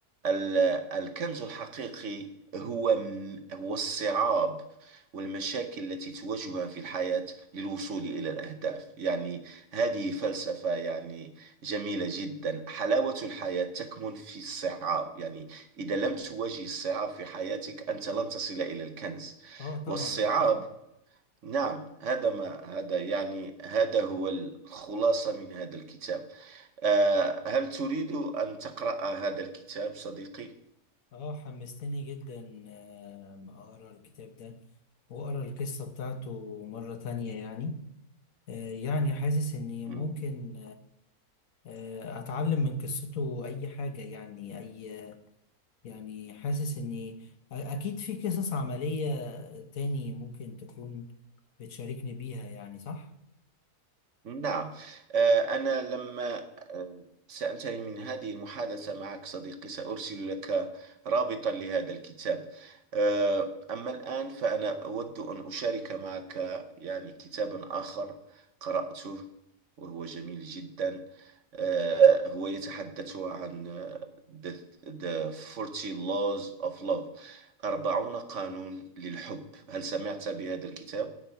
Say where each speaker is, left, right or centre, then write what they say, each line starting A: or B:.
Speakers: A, on the right; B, on the left.
A: ال- الكنز الحقيقي هو م- هو الصعاب والمشاكل التي تواجهها في الحياة للوصول إلى الأهداف يعني هذه فلسفة يعني جميلة جدا حلاوة الحياة تكمن في الصعاب يعني إذا لم تواجه الصعاب في حياتك أنت لن تصل إلى الكنز
B: اه طبعا
A: والصعاب
B: طبعا
A: نعم هذا ما هذا يعني هذا هو الخلاصة من هذا الكتاب آه، هل تريد أن تقرأ هذا الكتاب صديقي؟
B: اه حمستني جدا آه، اقرا الكتاب ده وأقرأ القصة بتاعته مرة تانية يعني آه، يعني حاسس إني ممكن
A: مم.
B: آه، أتعلم من قصته أي حاجة يعني أي يعني حاسس إني أ- أكيد في قصص عملية تاني ممكن تكون بتشاركني بيها يعني صح؟
A: نعم آه، أنا لما آه، سأنتهي من هذه المحادثة معك صديقي سأرسل لك رابطا لهذا الكتاب آه، أما الآن فأنا أود أن أشارك معك يعني كتابا آخر قرأته وهو جميل جدا آه، هو يتحدث عن آه، the, the 40 laws of love 40 قانون للحب هل سمعت بهذا الكتاب؟